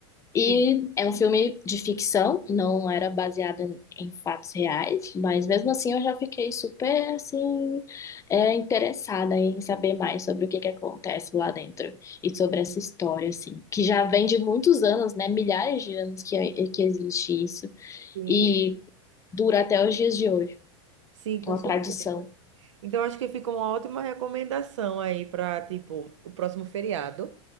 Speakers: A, on the left; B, on the right.
A: E
B: sim,
A: é um filme de ficção, não era baseado em em fatos reais, mas mesmo assim eu já fiquei super assim é, interessada em saber mais sobre o que que acontece lá dentro e sobre essa história assim, que já vem de muitos anos, né? Milhares de anos que que existe isso
B: sim.
A: e dura até os dias de hoje,
B: Sim, com
A: uma
B: certeza.
A: tradição.
B: Então, acho que fica uma ótima recomendação aí para, tipo, o próximo feriado